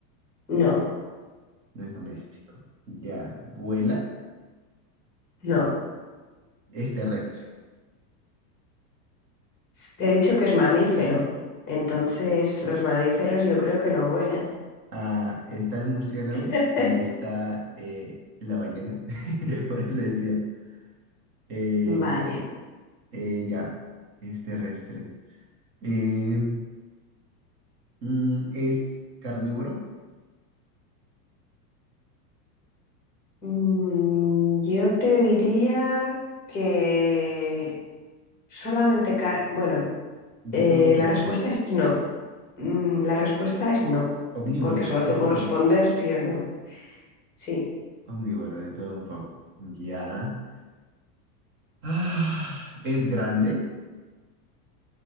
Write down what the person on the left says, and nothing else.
no,
no.
Te he dicho que es mamífero, entonces los mamíferos yo creo que no vuelan.
<laughs>
Vale.
Mm, yo te diría que solamente, ca- bueno,
eh,
la respuesta es no. Mm, la respuesta es no,
porque solo
te puedo
responder sí o no. Sí,